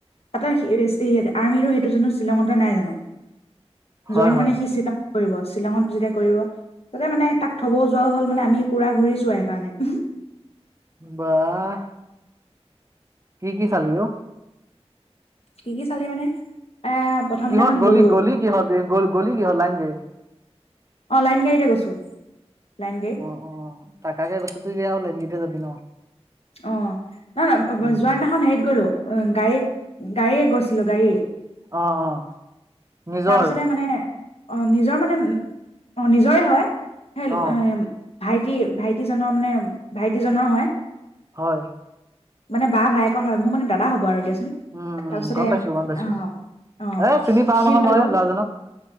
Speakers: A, on the left (about 65°); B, on the right (about 30°).
A: তাৰটো সেই এ আৰ্মিটো সেইটো জানো শ্বিলঙতে নাই জানো।
B: হয়
A: জইন
B: হয়
A: মানে সি শ্বিলঙ কৰিব, শ্বিলঙত যেতিয়া কৰিব তাতে মানে তাক থব যোৱাও হ'ল মানে আমি পুৰা ঘূৰিছো আৰু সেইকাৰণে।
B: বাহ'। কি কি চালি অ?
A: কি কি চালি মানে এ প্ৰথম
B: কিহত
A: দিনাখন
B: গলি,
A: গ'লো
B: গলি' কিহত গলি কিহত লাইন গাড়ী
A: অঁ লাইন গাড়ীতে গৈছোঁ, লাইন গাড়ীত।
B: অঁ তাকে বস্তুতো দেয়া হ'ল সিহঁত কেইটা যাবি ন।
A: অঁ, নহয় নহয়
B: উম,
A: যোৱা দিনাখন হেৰিত গ'লো, গাড়ীত গাড়ী গৈছিলো গাড়ী।
B: অ', অ', নিজৰ
A: তাৰ পিছতে মানে। অঁ, নিজৰ মানে, অঁ নিজৰে হয়। সেই
B: অ',
A: ভাইটি ভাইটিজনৰ মানে, ভাইটিজনৰ হয়।
B: হয়।
A: মানে বা ভায়েকৰ হয়, মোৰ মানে দাদা হ'ব আৰু দিয়াচোন।
B: উম,
A: তাৰপিছতে,
B: উম, গম পাইছো গম পাইছো
A: অঁহ অঁহ
B: এ চিনি পাও
A: শিল
B: নহয়
A: পাগল।
B: মই ল'ৰাজনক